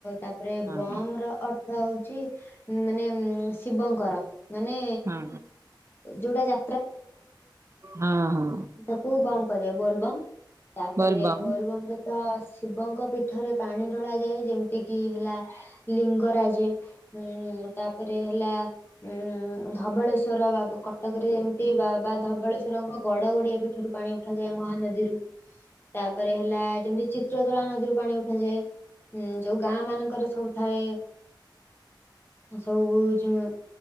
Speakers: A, on the left (about 25°); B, on the right (about 35°).
A: ତାପରେ
B: ହଁ
A: ବମ ର ଅର୍ଥ ହଉଛି ମାନେ ଶିବଙ୍କର ମାନେ
B: ହଁ
A: ଯୋଉଟା ଯା
B: ହଁ - ହଁ।
A: ତାକୁ ବମ୍ କୁହାଯାଏ। ବୋଲବମ୍ ତାପରେ
B: ବୋଲବମ୍
A: ବୋଲବମରେ ତ ଶିବଙ୍କ ପିଠରେ ପାଣି ଢଳା ଯାଏ, ଯେମିତି କିି ହେଲା ଲିଙ୍ଗରାଜ, ଉ ତାପରେ ହେଲା ଉ ଧବଳେଶ୍ୱର ବାବ କଟକରେ ଯେମିତି ବା ବା ଧବଳେଶ୍ଵରଙ୍କ, ଗଡ ଗଡିଆ ବି ଠାରୁ ପାଣି ଉଠାଯାଏ ମହାନଦୀରୁ। ତାପରେ ହେଲା ଯେମିତି ଚିତ୍ରତୋଳା ନଦୀରୁ ପାଣି ଉଠାଯାଏ। ଯୋଉ ଗାଁ ମାନଙ୍କର ସବୁ ଥାଏ, ଉଁ ସବୁ ଯ